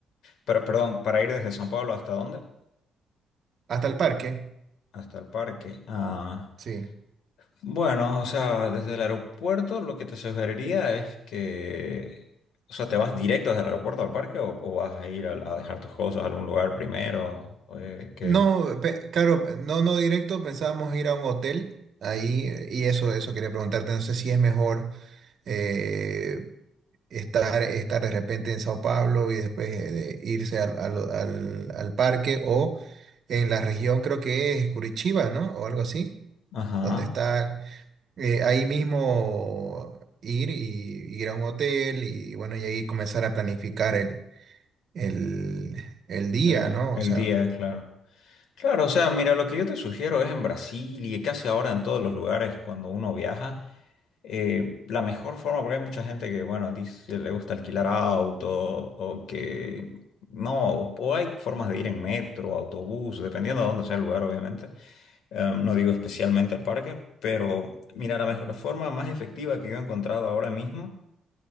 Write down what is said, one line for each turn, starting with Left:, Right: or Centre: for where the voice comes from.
Left: pero, perdón, ¿para ir desde San Pablo hasta dónde?
Right: ¿Hasta el parque?
Left: Hasta el parque. Ah,
Right: Sí.
Left: bueno, o sea, desde el aeropuerto lo que te sugeriría es que, o sea, ¿te vas directo desde el aeropuerto al parque o, o vas a ir al- a, dejar tus cosas a algún lugar primero? Eh, que,
Right: No, pe- claro, no, no directo, pensábamos ir a un hotel ahí eh, y eso, eso quería preguntarte, no sé si es mejor eh, estar, estar de repente en Sao Paulo y después eh, de irse al, al, al- al parque o en la región creo que es Curitiba, ¿no? O algo así,
Left: ajá,
Right: donde está... eh, ahí mismo ir y ir a un hotel y bueno, y ahí comenzar a planificar el, el, el día,
Left: el,
Right: ¿no?
Left: el
Right: O sea,
Left: día, claro. Claro, o sea, mira, lo que yo te sugiero es en Brasil y casi ahora en todos los lugares cuando uno viaja. eh, la mejor forma, porque hay mucha gente que, bueno, dice, le gusta alquilar auto o que no, o, o hay formas de ir en metro, autobús, dependiendo de dónde sea el lugar, obviamente. Em, no digo especialmente al parque, pero mira, la mejor, la forma más efectiva que yo he encontrado ahora mismo